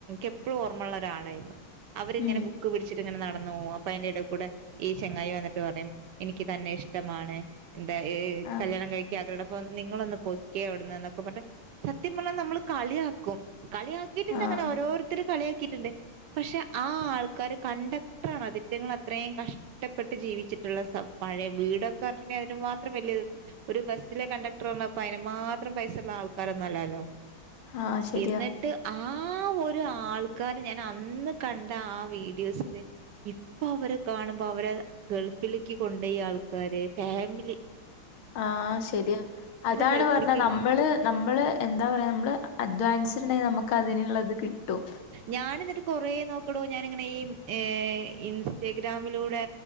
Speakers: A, on the right (about 70°); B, on the left (about 80°).
A: എപ്പോഴും ഓർമുള്ള ഒരാളായിരുന്നു അവരിങ്ങനെ
B: ഉം
A: പിടിച്ചിട്ട് ഇങ്ങനെ നടന്ന അപ്പൊ എന്റെ ഇട കൂടെ ഈ ചെങ്ങായി വന്നിട്ട് പറയും എനിക്ക് തന്നെ ഇഷ്ടമാണ് എന്താ ഈ
B: ആഹ്
A: കല്യാണം കഴിക്കാ അവരുടെപ്പ നിങ്ങളൊന്ന് പൊക്കെ അവിടന്ന് എന്നൊക്കെ പറഞ്ഞ് സത്യംമുള്ള നമ്മള് കളിയാക്കും. കളിയാക്കിട്ടുണ്ട്
B: ആഹ്
A: അങ്ങനെ ഓരോരുത്തർ കളിയാക്കി ണ്ട് പക്ഷെ ആ ആൾക്കാാര് കണ്ടക്ടർ ആണ അതിറ്റങ്ങ അത്രയും കഷ ഇഷ്ടപ്പെട്ട് ജീവിച്ചിട്ടുള്ള സം പഴയ വീടൊക്കെിട്ടുണ്ടെങ്കിൽ അതിന് മാത്രം വലിയ ഒരു ബസ്സിലെ കണ്ടക്ടർ ആണ്പ്പ അതിന് മാത്രം പൈസള്ള ആൾക്കാര് ഒന്നല്ലാല്ലോ.
B: ആഹ് ശരിയാ
A: എന്നിട്ട് ആ ആ ഒരു ആൾക്കാര് ഞാൻ അന്ന് കണ്ട ആ വീഡി ഡിയോസില ഇപ്പ അവരെ കാണുമ്പോ അവരെ ഗൾഫിലേക്ക് കൊണ്ട ആൾക്കാര് ഫാമ ി
B: ആഹ ശരിയാ അതാണ്
A: ഗൾഫിലേക്ക്
B: പറഞ്ഞ നമ്മള് നമ്മള് എന്താ പറയാ നമ്മള് അധ്വാനി ട്ടുണ്ടെങ്കിൽ നമുക്ക് അതിനുള്ളത് കിട്ടും.
A: ഞാന എന്നിട്ട് കൊറേ നോക്കടോ ഞാനിങ്ങനെ ഈ ഇൻസ്റ്റഗ്രാമിലൂടെ